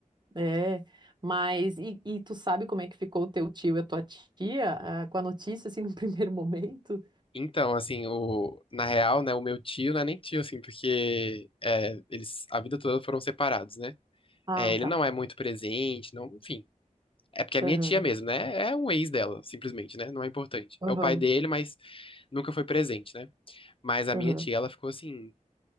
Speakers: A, on the right; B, on the left.
A: É, mas e, e tu sabe como é que ficou o teu tio e a tua tia, ah, com a notícia assim no <laughs> primeiro momento?
B: Então, assim, o, na real, né, o meu tio não é nem tio, assim, porque é, eles a vida toda foram separados, né?
A: Ah,
B: É, ele
A: tá.
B: não é muito presente, não, enfim. É porque é minha
A: Aham,
B: tia mesmo, né? É um ex dela, simplesmente, né? Não é importante.
A: aham,
B: É o pai dele, mas nunca foi presente, né? Mas a
A: aham,
B: minha tia, ela ficou assim,